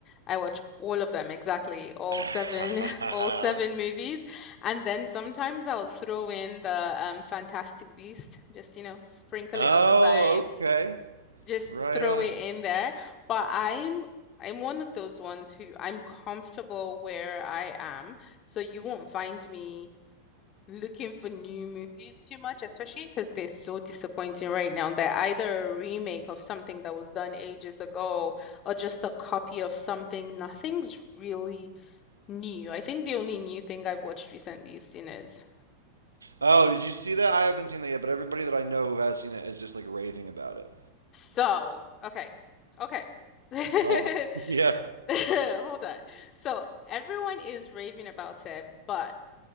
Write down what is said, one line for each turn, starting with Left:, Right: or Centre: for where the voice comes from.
Left: I watch all of them, exactly, all
Right: <laughs>
Left: seven, <laughs> all seven movies. And then sometimes I'll throw in the um, Fantastic Beast, just, you know, sprinkle
Right: Oh,
Left: it on the side,
Right: okay.
Left: just
Right: Right
Left: throw
Right: on.
Left: it in there. But I'm I'm one of those ones who I'm comfortable where I am, so you won't find me looking for new movies too much, especially because they're so disappointing right now. They're either a remake of something that was done ages ago or just a copy of something. Nothing's really new. I think the only new thing I've watched recently is Sinners.
Right: Oh, did you see that? I haven't seen that yet, but everybody that I know who has seen it is just like raving about it.
Left: So, okay, okay. <laughs>
Right: Go on. <laughs> yeah.
Left: <laughs> Hold on. So, everyone is raving about it, but